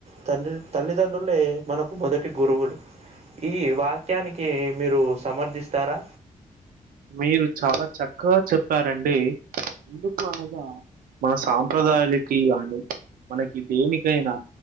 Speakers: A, on the right (about 50°); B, on the right (about 80°).
A: తండ్రి తల్లిదండ్రులే మనకు మొదటి గురువులు ఈ వాక్యానికి మీరు సమర్థిస్తారా
B: మీరు చాలా చక్కగా చెప్పారండి ఎందుకు అనగా మన సాంప్రదాయాలకి కాను మనకి దేనికైనా